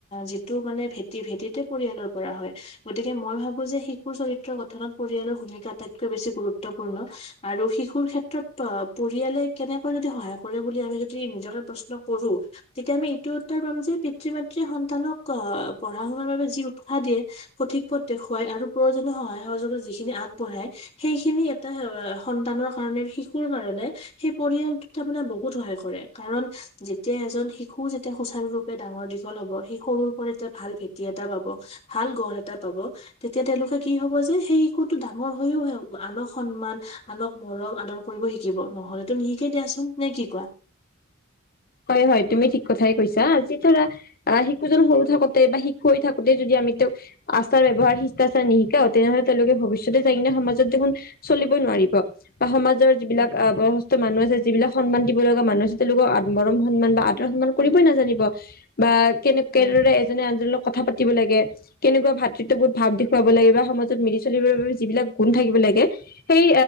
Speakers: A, on the left (about 30°); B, on the left (about 45°).
A: যিটো মানে ভেটি ভেটিতে পৰিয়ালৰ পৰা হয় গতিকে মই ভাবো যে শিশুৰ চৰিত্ৰৰ গঠনত পৰিয়ালৰ ভূমিকা আটাইতকৈ বেছি গুৰুত্বপূৰ্ণ আৰু শিশুৰ ক্ষেত্ৰত পৰিয়ালে কেনেকৈ সহায় কৰে বুলি আমি যদি নিজৰকে প্ৰশ্ন কৰো তেতিয়া আমি এইটো উত্তৰ পাম যে পিতৃ মাতৃ সন্তানক পঢ়া শুনাৰ বাবে যি উৎসাহ দিয়ে সঠিক পথ দেখুৱায় আৰু প্ৰয়োজনীয় সহায় সহযোগত যিখিনি আগবঢ়ায় সেইখিনি এটা সন্তানৰ কাৰণে শিশুৰ কাৰণে সেই পৰিয়ালটো তামানে বহুত সহায় কৰে, কাৰণ যেতিয়া এজন শিশু যেতিয়া সুচাৰুৰূপে ডাঙৰ দীঘল হব সেই সৰুৰ ওপৰত এটা ভাল ভেটি এটা পাব ভাল গড় এটা পাব এতিয়া তেওঁলোকে কি হব যে সেই শিশুটো ডাঙৰ হৈও আন সন্মান আলোক মৰম আদৰ কৰিব শিকিব নহলেতো নিশিকে দিয়াচোন নে কি কোৱা।
B: হয়-হয়, তুমি ঠিক কথাই কৈছা আজি শিশুজন সৰু থাকোতে বা শিশু হৈ থাকোতেই যদি আমি তেওঁক আচাৰ, ব্যৱহাৰ শিষ্টাচাৰ নি তেনেহলে তেওঁলোকে ভৱিষ্যতে যাই কিনে সমাজত দেখোন চলিব নোৱাৰিব বা সম যিবিলাক
A: উম
B: বয়সস্থ মানুহ আছে যিবিলাক সন্মান দিব লগা মানুহ আছে তেওঁলোকৰ মৰম সন্মান বা আদৰ সন্মান কৰিবই নাজানিব বা কেনে কেনেদৰে
A: হয়
B: এজনে আনজন কথা পাতি লাগে কেনেকুৱা ভাতৃত্ব বহুত ভাৱ দেখুৱাব লাগে বা সমাজত মিলি চলিবৰ বাবে যিবিলাক গুণ থাকিব লাগ লাগে। সেই